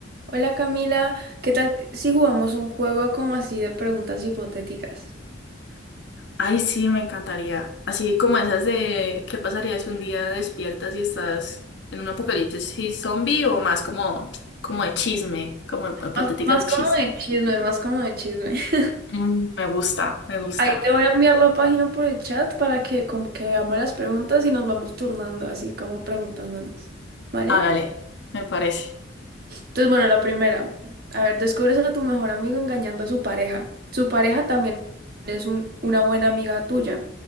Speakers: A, on the right; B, on the left.
A: Hola Camila, ¿qué tal si jugamos un juego como así de preguntas hipotéticas?
B: Ay, sí, me encantaría. Así como esas de ¿qué pasaría si un día despiertas y estás en un apocalipsis zombie o más como, como de chisme, como hipotética
A: Más, más
B: de chisme?
A: como de chisme, más como de chisme. <laughs>
B: Mm, me gusta, me gusta.
A: Ahí te voy a enviar la página por el chat para que como que veamos las preguntas y nos vamos turnando, así como preguntándonos, ¿vale?
B: Hágale, me parece.
A: Entonces, bueno, la primera. A ver, descubres a tu mejor amigo engañando a su pareja. Su pareja también es un- una buena amiga tuya.